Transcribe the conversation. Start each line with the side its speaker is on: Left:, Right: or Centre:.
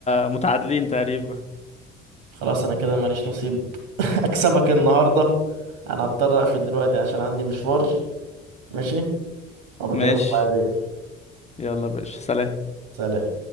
Left: متعادلين تقريبا
Right: خلاص انا كده ماليش نصيب <laughs> اكسبك النهاردة انا هضطر اقفل دلوقتي عشان عندي مشوار ماشي وبكلمك
Left: ماشي
Right: بعدين
Left: يلا يا باشا سلام
Right: سلام